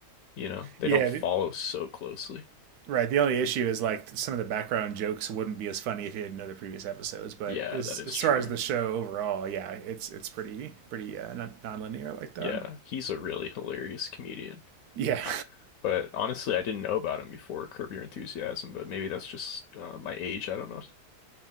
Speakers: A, on the left; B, on the right.
A: You know, they
B: Yeah,
A: don't follow so closely.
B: Right. The only issue is like some of the background jokes wouldn't be as funny if you didn't know the previous episodes. But
A: Yeah,
B: as,
A: that is
B: as
A: true.
B: far as the show overall, yeah, it's it's pretty pretty uh, non- nonlinear like that.
A: Yeah, he's a really hilarious comedian.
B: Yeah,
A: I, but honestly, I didn't know about him before Curb Your Enthusiasm, but maybe that's just uh, my age. I don't know.